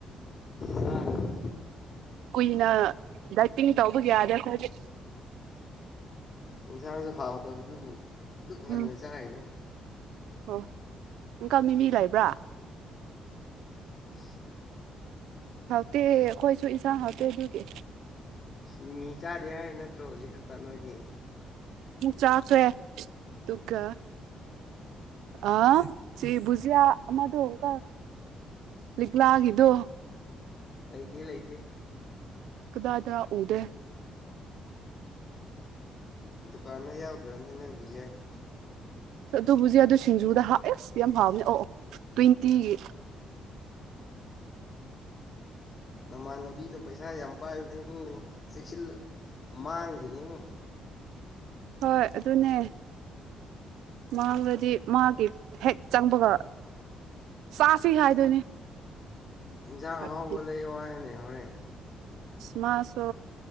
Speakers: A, on the left; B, on the right.
A: ꯆꯥꯒꯅꯨ
B: ꯀꯨꯏꯅ ꯗꯥꯏꯇꯤꯡ ꯇꯧꯕ ꯌꯥꯗꯦ ꯑꯩꯈꯣꯏꯗꯤ
A: ꯌꯦꯟꯁꯥꯡꯁꯨ ꯍꯥꯎꯇꯕꯗꯨꯕꯨ ꯑꯗꯨꯛ ꯉꯟꯅ
B: ꯎꯝ
A: ꯆꯥꯔꯤꯗꯣ
B: ꯑꯣ ꯑꯪꯀꯜ ꯃꯤꯃꯤ ꯂꯩꯕ꯭ꯔꯥ
A: <unintelligible>
B: ꯍꯥꯎꯇꯦ ꯑꯈꯣꯏꯁꯨ ꯏꯟꯁꯥꯡ ꯍꯥꯎꯇꯦ ꯑꯗꯨꯒꯤ
A: ꯃꯤꯃꯤ ꯆꯥꯗꯦ ꯍꯥꯏ ꯅꯠꯇ꯭ꯔꯣ ꯍꯧꯖꯤꯛ ꯈꯛꯇ ꯅꯣꯏꯗꯤ
B: ꯆꯥꯈ꯭ꯔꯦ ꯑꯗꯨꯒ ꯑ ꯆꯦ ꯕꯨꯖꯤꯌꯥ ꯑꯃꯗꯣ ꯑꯪꯀ ꯂꯤꯛꯂꯥꯒꯤꯗꯣ
A: ꯂꯩꯇꯦ ꯂꯩꯇꯦ
B: ꯗꯥꯗꯥ ꯎꯗꯦ
A: ꯗꯨꯀꯥꯟꯗ ꯌꯥꯎꯗ꯭ꯔꯝꯅꯤ ꯅꯣꯏ ꯕꯨꯖꯤꯌꯥꯗꯣ
B: ꯑꯗꯨ ꯕꯨꯖꯤꯌꯥꯗꯨ ꯁꯤꯡꯖꯨꯗ ꯍꯥ ꯏꯁ ꯌꯥꯝ ꯍꯥꯎꯕꯅꯦ ꯑꯣ ꯑꯣ ꯇ꯭ꯋꯦꯟꯇꯤꯒꯤ
A: ꯅꯃꯥꯟꯅꯕꯤꯗꯣ ꯄꯩꯁꯥ ꯌꯥꯝ ꯄꯥꯏꯕꯅꯦꯀꯣ ꯆꯦꯛꯁꯤꯜꯂꯨ ꯃꯥꯡꯒꯤꯅꯤ ꯑꯃꯨꯛ
B: ꯍꯣꯏ ꯑꯗꯨꯅꯦ ꯃꯥꯡꯂꯗꯤ
A: ꯑꯁ
B: ꯃꯥꯒꯤ ꯍꯦꯛ ꯆꯪꯕꯒ ꯆꯥꯁꯤ ꯍꯥꯏꯗꯣꯏꯅꯦ
A: ꯏꯟꯖꯥꯡ
B: ꯊꯥꯔꯇꯤ
A: ꯑꯍꯥꯎꯕ ꯂꯩꯌꯣ ꯍꯥꯏꯅꯦ ꯍꯣꯔꯦꯟ
B: ꯃꯥꯁꯨ